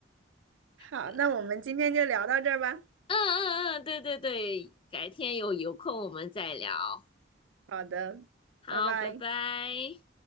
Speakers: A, on the right (about 85°); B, on the left (about 25°).
A: 好，
B: 对，
A: 那我们今天就聊到这儿吧。
B: 嗯嗯嗯，对对对，改天有有空我们再聊。
A: 好的，
B: 好，
A: 拜拜。
B: 拜拜。